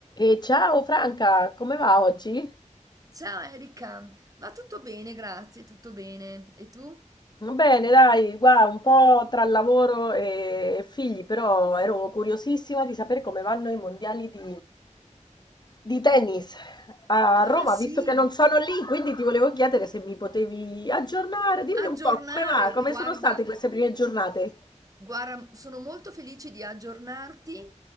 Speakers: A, on the left (about 35°); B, on the right (about 25°).
A: E ciao Franca, come va oggi?
B: Ciao Erika, va tutto bene, grazie, tutto bene. E tu?
A: Bene, dai, guarda, un po' tra lavoro e figli, però ero curiosissima di sapere come vanno i mondiali di, di tennis a Roma,
B: Ah sì,
A: visto che non sono lì, quindi ti volevo chiedere se mi potevi aggiornare, dimmi
B: aggiornare,
A: un po' come va, come
B: guarda,
A: sono state queste prime giornate?
B: Guarda, sono molto felice di aggiornarti.